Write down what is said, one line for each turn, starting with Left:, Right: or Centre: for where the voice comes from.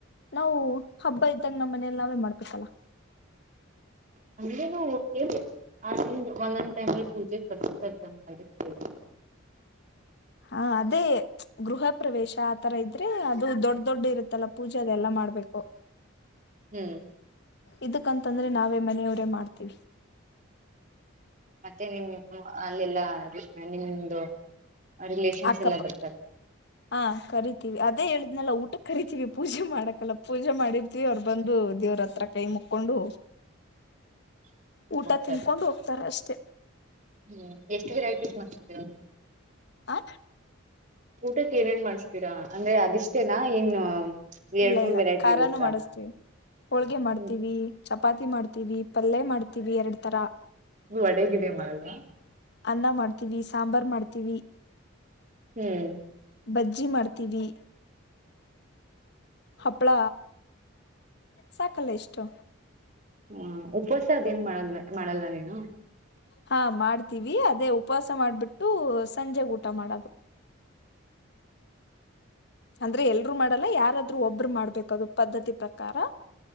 Left: ನಾವು ಹಬ್ಬ ಇದ್ದಂಗ್ ನಮ್ ಮನೇಲ್ ನಾವೇ ಮಾಡ್ಬೇಕಲ್ಲ.
Right: ಹಂಗೇನು ಕೇಳ್ದೆ ಅ ಒಂದನ್ ಟೈಮಲ್ ಪೂಜೆ ಕರಸ್ ಬೇಕಂತೆ ಇದ್ದಕ್ಕೆ.
Left: ಹಾ ಅದೇ. ಗೃಹ ಪ್ರವೇಶ ಆತರ ಇದ್ರೆ ಅದು ದೊಡ್ ದೊಡ್ಡ ಇರುತ್ತಲ್ಲ ಪೂಜೆ ಅದೆಲ್ಲ ಮಾಡ್ಬೇಕು.
Right: ಹ್ಮ್
Left: ಇದಕ್ಕಂತಂದ್ರೆ ನಾವೇ ಮನೆಯವ್ರೇ ಮಾಡ್ತೀವಿ.
Right: ಮತ್ತೆ ನಿಮ್ ಅಲ್ಲೆಲ್ಲಾ ನಿ. ಆ ರಿಲೇಷನ್ಸ್
Left: ಅಕ್ಕಪ
Right: ಎಲ್ಲ ಬರ್ತಾರೆ.
Left: ಹಾ ಕರಿತೀವಿ ಅದೇ ಹೇಳಿದ್ನಲ್ಲ ಊಟಕ್ಕ್ ಕರ್ ರಿತೀವಿ ಪೂಜೆ ಮಾಡಕಲ್ಲ ಪೂಜೆ ಮಾಡಿರ್ತಿವಿ ಅವರು ಬಂದು ದೇವ್ರತ್ರ ಕೈ ಮುಕ್ಕೊಂಡು
Right: <inaudible>
Left: ಊಟ
Right: ಹೋಗ್ತಾರ
Left: ತಿನ್ಕೊಂಡ್ ಹೋಗ್ತಾರ್ ಅಷ್ಟೆ.
Right: ಹ್ಮ್ ಎಷ್ಟ್ ವೆರೈಟೀಸ್ ಮಾಡಸ್ತೀರಾ.
Left: ಆ
Right: ಊಟಕ್ಕೆ ಏನೇನ್ ಮಾಡಸ್ತೀರಾ ಅಂದ್ರೆ ಅದಿಷ್ಟೇನಾ ಏನ ಎರಡ್
Left: ಇಲ್ಲ
Right: ಮೂರ್
Left: ಇಲ್ಲ
Right: ವೆರೈಟಿ
Left: ಖಾರಾನು
Right: ಇರುತ್ತಾ.
Left: ಮಾಡಿಸ್ತೀವಿ ಹೋಳ್ಗೆ ಮಾಡ್ತೀವಿ
Right: ಹ್ಮ್
Left: ಚಪಾತಿ ಮಾಡ್ತೀವಿ ಪಲ್ಯ ಮಾಡ್ತೀವಿ ಎರಡ್ ತರ.
Right: ವಡೆ ಗಿಡೆ ಮಾಡಲ್ವಾ.
Left: ಅನ್ನ ಮಾಡ್ತೀವಿ ಸಾಂಬಾರ್ ಮಾಡ್ತೀವಿ.
Right: ಹ್ಮ್.
Left: ಬಜ್ಜಿ ಮಾಡ್ತೀವಿ ಹಪ್ಪಳ ಸಾಕಲ್ಲ ಇಷ್ಟು.
Right: ಹಾ ಉಪವಾಸ ಅದೇನ್ ಮಾಡಲ್ವ ಮಾಡಲ್ಲ ನೀನು.
Left: ಹಾ ಮಾಡ್ತೀವಿ ಅದೇ ಉಪವಾಸ ಮಾಡ್ಬಿಟ್ಟು ಸಂಜೆ ಊಟ ಮಾಡೋದು. ಅಂದ್ರೆ ಎಲ್ರು ಮಾಡಲ್ಲ ಯಾರಾದ್ರು ಒಬ್ರು ಮಾಡ್ಬೇಕದು ಪದ್ಧತಿ ಪ್ರಕಾರ.